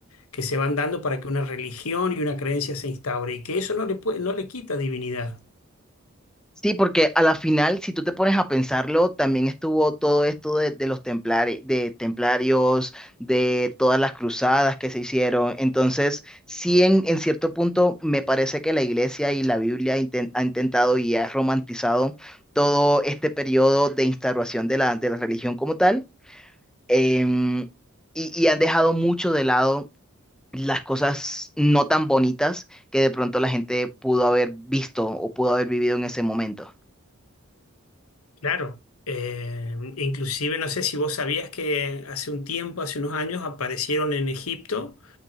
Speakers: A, on the left; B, in the centre.
A: que se van dando para que una religión y una creencia se instaure y que eso no le puede, no le quita divinidad.
B: Sí, porque a la final, si tú te pones a pensarlo, también estuvo todo esto de, de los templari- de templarios, de todas las cruzadas que se hicieron. Entonces, sí, en, en cierto punto, me parece que la iglesia y la Biblia inten- ha intentado y ha romantizado todo este periodo de instauración de la, de la religión como tal, em, y, y han dejado mucho de lado las cosas no tan bonitas que de pronto la gente pudo haber visto o pudo haber vivido en ese momento.
A: Claro. Eh, inclusive no sé si vos sabías que hace un tiempo, hace unos años, aparecieron en Egipto